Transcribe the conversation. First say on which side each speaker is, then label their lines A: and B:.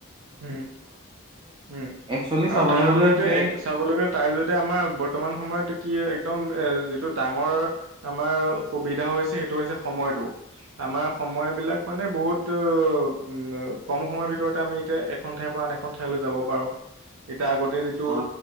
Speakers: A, on the right; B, on the right.
A: উম উম
B: একচুৱেলি
A: আৰু
B: চাবলৈ
A: তাৰ
B: গ'লে
A: জৰিয়তে
B: সেই
A: চাবলৈ গ'লে তাৰ জৰিয়তে আমাৰ বৰ্তমান সময়ত কি হৈ একদম এ যিটো ডাঙৰ আমাৰ অসুবিধা হৈছে সেইটো হৈছে সময়টো। আমাৰ সময় বিলাক মানে বহুত উম কম সময়ৰ ভিতৰতে আমি এতিয়া এখন ঠাইৰ পৰা আন এখন ঠাইলৈ যাব পাৰো। এতিয়া আগতে যিটো
B: অ